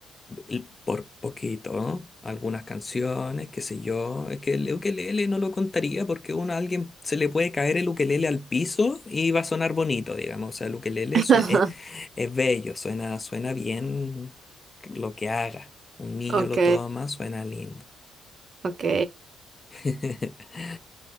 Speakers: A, on the left; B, on the right.
A: y por poquito, ¿no? Algunas canciones, qué sé yo. Es que el ukelele no lo contaría porque uno a alguien se le puede caer el ukelele al piso y va a sonar bonito, digamos. O sea, el ukelele
B: <laughs>
A: sue- es, es bello, suena, suena bien lo que haga. Un niño
B: Ok,
A: lo toma, suena lindo.
B: ok.
A: <laughs>